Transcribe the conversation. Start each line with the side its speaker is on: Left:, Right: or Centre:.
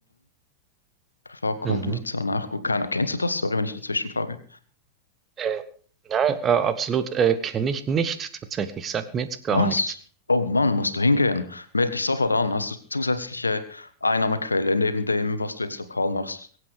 Left: Privatkunden,
Right: Mhm.
Left: die zahlen auch gut. Keiner, kennst du das? Sorry, wenn ich dazwischen frage.
Right: Äh, nein, äh, absolut, äh, kenne ich nicht tatsächlich. Sagt mir jetzt gar
Left: Was?
Right: nichts.
Left: Oh Mann, musst du hingehen. Meld dich sofort an. Hast du zusätzliche Einnahmequelle neben dem, was du jetzt lokal machst?